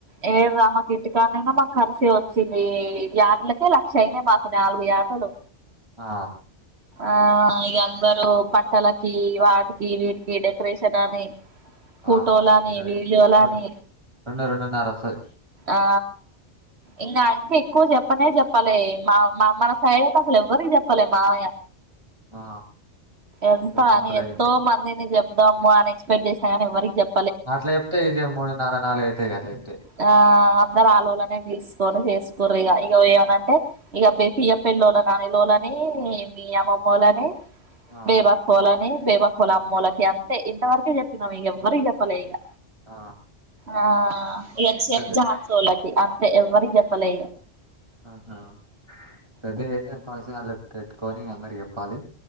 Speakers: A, on the right (about 65°); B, on the right (about 25°).
A: ఎం రా మాకు ఇంటికాన్నైనా మాకు కార్చే వచ్చింది యాటలకే లక్ క్షయ్నయ్ మాకు నాలుగు యాటలు
B: ఆ
A: ఆ ఇగ అందరు బట్టలకి వాటికి వీటికి డెకరేషన్ అని ఫోటోలాని
B: ఆ ఇదే
A: వీడియోలాని
B: రెండు రెండు రెండున్నర వస్తది
A: ఆ ఇంకా అంత ఎక్కువ చెప్పనే చెప్పలే మా మా మన సైడ్ అయితే అసలు ఎవ్వరికి చెప్పలే మామయ్య
B: ఆ
A: ఎంత
B: సింపుల్
A: అని
B: గా
A: ఎంతో
B: చేసిర్రు
A: మందిని చెపుదాము అని ఎక్స్పెక్ట్ చేసిన కాని ఎవరికి చెప్
B: అట్లా చెప్తే ఇదిగ మూడున్నర నాలుగు అయితాయి అట్లా చెప్తె
A: ఆ అందరు ఆలోలనే పిలుసుకొని చేసుకురు ఇగా ఏమన్నా అంటే ఇక బేపియ పెట్టిన నాని లోళని మీ అమ్మమ్మ వోళ్ళని
B: ఆ
A: బేబఅక్క అకోలనే బేబి అక్కొల అమ్మోలకి అంతే ఇంతవరకే చెప్పినం ఇగా ఎవ్వరికీ చెప్పలే ఇగా
B: ఆ
A: ఆ ఎక్స్ ఎగ్జామ్
B: అదే
A: న్సోలకి అంతే ఎవ్వరికి చెప్పలే
B: <unintelligible> పాసాగాలకి పెట్టుకొని అందరికి చెప్పాలి